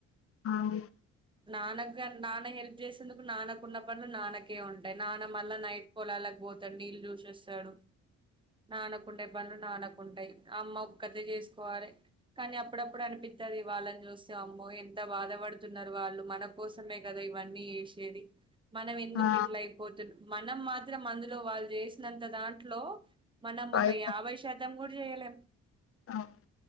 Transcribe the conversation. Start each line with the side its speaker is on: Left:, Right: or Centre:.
Left: అవును
Right: నాన్నకు నాన్న హెల్ప్ చేసేందుకు నాన్నకున్న పనులు నాన్నకే ఉంటాయి నాన్న మళ్ళా నైట్ పోలాలకు పోతాడు నీళ్ళు చూసస్తాడు నాన్నకుండే పనులు నాన్నకుంటాయి అమ్మ ఒక్కతే చేసుకోవాలి కానీ అప్పుడప్పుడు అనిపిస్తుది వాళ్ళని చూస్తే అమ్మో ఎంత బాధపడుతున్నారు వాళ్ళు మన కోసమే కదా ఇవన్నీ చేసేది మనం ఎందుకు
Left: ఆ
Right: ఇట్లా అయిపోతున్న మనం మాత్రం అందులో వాళ్ళు చేసినంత దాంట్లో మనం
Left: బయట
Right: ఒక యాభై శాతం కూడా చేయలేం
Left: అవును.